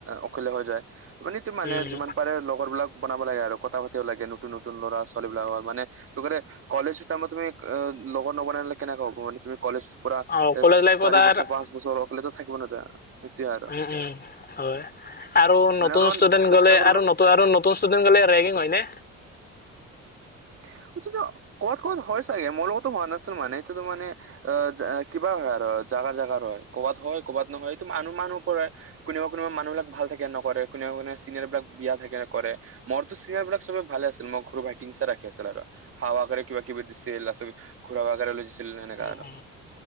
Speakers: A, on the right; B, on the left.
A: অকলে হৈ যায়! মানেটো মানে
B: উম,
A: যিমান পাৰে লগৰবিলাক বনাব লাগে আৰু কথা পাতিও লাগে নতুন নতুন ল'ৰা ছোৱালীবিলাকৰ মানে লগতে কলেজৰ টাইমত তুমি অ' লগৰ নবনলে কেনেকা হ'ব মানে তুমি কলেজ পুৰা
B: অ',
A: এ
B: কলেজ লাইফত
A: চাৰি বছৰ
B: আৰ
A: পাঁচ বছৰৰ অকলেটো থাকিব নোৱাৰা! এতিয়া আৰু
B: উম, উম, হয় আৰু
A: মানে
B: নতুন
A: অলপমান
B: ষ্টুডেণ্ট
A: চেষ্টা
B: গ'লে
A: কৰিব
B: আৰু নতুন আৰু নতুন ষ্টুডেন্ট গ'লে ৰেগিং হয়নে?
A: সেইটোতো ক'ৰবাত ক'বাত হয় চাগে মোৰ লগতো হোৱা নাছিল মানে এইটোতো মানে আহ কিবা হয় আৰু জাগা জাগাৰ হয় ক'ৰবাত হয় ক'ৰবাত নহয় সেইটো মানুহ মানুহ পৰা কোনোবা কোনোবা মানুহবিলাক ভাল থাকে নকৰে কোনোবা কোনোবা চিননোৰবিলাক বিয়া থাকে কৰে। মোৰতো চিনিয়াৰবিলাক চবেই ভালে আছিল মোৰ সৰু ভাইটিৰ নিচিনা ৰাখি আছিল আৰু খাৱৰ কাৰণে কিবা কিবি দিছিল আৰু ঘুৰাব ফুৰাব লৈ গৈছিল সেনেকা
B: উম
A: আৰু।
B: উম।